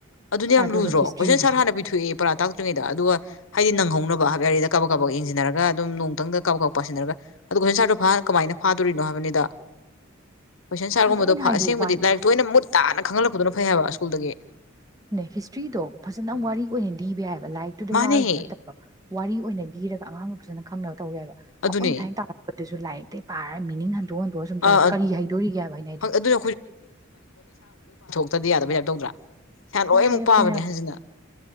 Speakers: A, on the left (about 70°); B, on the right (about 15°).
A: ꯑꯗꯨꯅ ꯌꯥꯝ
B: ꯑꯗꯨꯒ
A: ꯂꯨꯗ꯭ꯔꯣ
B: ꯍꯤꯁꯇ꯭ꯔꯤꯁꯤꯁꯨ
A: ꯀꯣꯏꯁꯟ ꯁꯥꯔ ꯍꯥꯟꯅ ꯄꯤꯊꯣꯛꯑꯦ ꯄꯔꯥ ꯇꯥꯛꯇ꯭ꯔꯤꯉꯩꯗ ꯑꯗꯨꯒ ꯍꯥꯏꯗꯤ ꯅꯪꯍꯧꯅꯕ ꯍꯥꯏꯌꯥꯔꯤꯗ ꯀꯕꯛ ꯀꯕꯛ ꯌꯦꯡꯁꯤꯟꯅꯔꯒ ꯑꯗꯨꯝ ꯅꯣꯡꯇꯪꯗ ꯀꯕꯛ ꯀꯛ ꯄꯥꯁꯤꯟꯅꯔꯒ ꯑꯣ ꯑꯩꯣꯏꯟ ꯁꯥꯔꯗꯣ ꯀꯃꯥꯏꯅ ꯐꯥꯗꯣꯔꯤꯅꯣ ꯍꯥꯏꯕꯅꯤꯗ ꯀꯣꯏꯁꯟ ꯁꯥꯔꯒꯨꯝꯕꯗ
B: ꯑꯗꯣ ꯑꯩꯅ ꯍꯥꯏꯗꯤ
A: ꯑꯁꯦꯡꯕꯗꯤ
B: ꯋꯥ
A: ꯂꯥꯏꯔꯤꯛ ꯇꯣꯏꯅ ꯃꯨꯠ ꯇꯥꯅ ꯈꯪꯂꯛꯄꯗꯨꯅ ꯐꯩ ꯍꯥꯏꯕ ꯁ꯭ꯀꯨꯜꯗꯒꯤ
B: ꯑꯗꯨꯅ ꯍꯤꯁꯇ꯭ꯔꯤꯗꯣ ꯐꯖꯅ
A: ꯎꯝ
B: ꯋꯥꯔꯤ ꯑꯣꯏꯅ ꯂꯤꯕ ꯌꯥꯏꯑꯕ ꯂꯥꯏꯔꯤꯛꯇꯨꯗ
A: ꯃꯥꯅꯦ
B: ꯌꯥꯎꯔꯤꯗꯨ ꯅꯠꯇꯕ ꯋꯥꯔꯤ ꯑꯣꯏꯅ ꯂꯤꯔꯒ ꯑꯉꯥꯡ ꯐꯖꯅ ꯈꯪꯅꯕ ꯇꯧꯋꯦꯕ
A: ꯑꯗꯨꯅꯦ
B: ꯑꯩꯈꯣꯏꯅ ꯊꯥꯏꯅ ꯇꯧꯔꯛꯄꯗꯁꯨ ꯂꯥꯏꯔꯤꯛ ꯇꯩ ꯄꯥꯔ ꯃꯤꯅꯤꯡ ꯍꯟꯗꯣꯛ ꯍꯟꯗꯣꯛꯑ ꯁꯨꯝ ꯇꯧꯔꯦ
A: ꯑ
B: ꯀꯔꯤ ꯍꯥꯏꯩꯗꯣꯔꯤꯒꯦ ꯍꯥꯏꯕ ꯑꯩꯅ ꯍꯥꯏꯗꯤ
A: ꯑꯗꯨꯅ ꯇꯗꯤ ꯌꯥꯁꯕꯩ ꯇꯥꯏꯄ ꯇꯧꯗ꯭ꯔꯥ ꯍꯥꯟ ꯂꯣꯏꯃꯨꯛ
B: ꯀꯥꯏ ꯑꯩꯈꯣꯏꯅ
A: ꯄꯥꯕꯅꯦ ꯍꯧꯖꯤꯅ